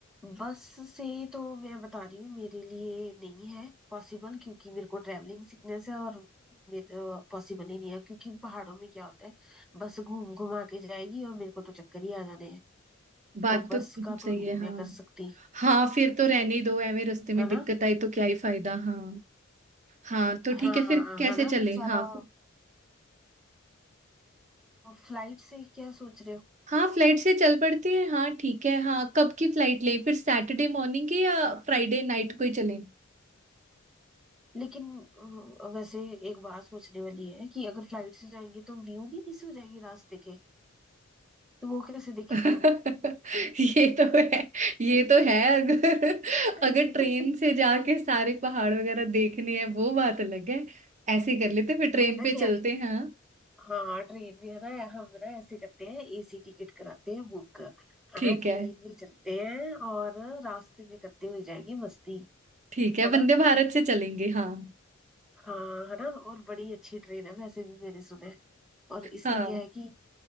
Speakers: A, in the centre; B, on the right.
A: बस से तो मैं बता रही हूँ मेरे लिए नहीं है पॉसिबल क्योंकि मेरे को ट्रैवलिंग सिकनेस है और पॉसिबल ही नहीं है क्योंकि पहाड़ों में क्या होता है बस घूम घुमा के जाएगी और मेरे को तो चक्कर ही आ जाने हैं
B: बात
A: तो
B: तो
A: बस का तो
B: सही
A: नहीं
B: है
A: मैं
B: हाँ
A: कर सकती
B: हाँ फिर तो रहने ही दो एਵੇਂ रास्ते
A: है
B: में दिक्कत
A: ना
B: आई तो क्या ही फायदा हाँ हाँ तो
A: हाँ
B: ठीक है फिर कैसे
A: है ना
B: चलें
A: फिर सारा
B: हाँ फ-
A: फ्लाइट से क्या सोच रहे हो
B: हाँ फ्लाइट से चल पड़ते हैं हाँ ठीक है हाँ कब की फ्लाइट लें फिर सैटरडे मॉर्निंग के या फ्राइडे नाइट को ही चलें
A: लेकिन अ, वैसे एक बात सोचने वाली है कि अगर फ्लाइट से जाएंगे तो व्यू भी मिस हो जाएंगे रास्ते के तो वो कैसे देखेंगे
B: <laughs>
A: हम
B: ये तो है ये तो है अगर
A: <laughs>
B: अगर ट्रेन से जाके सारे पहाड़ वगैरह देखने हैं वो बात अलग है ऐसे ही कर लेते हैं, फिर ट्रेन
A: पता
B: पे
A: क्या
B: चलते
A: है
B: हैं हाँ
A: हाँ ट्रेन में है ना हम ना ऐसे करते हैं एसी टिकट कराते हैं बुक है
B: ठीक
A: ना
B: है
A: ट्रेन में चलते हैं और रास्ते में करते हुए जाएंगे मस्ती
B: ठीक है
A: है
B: वंदे
A: ना
B: भारत से चलेंगे हाँ
A: हाँ है ना और बड़ी अच्छी ट्रेन है वैसे भी मैंने सुना है और इससे
B: हाँ
A: क्या है कि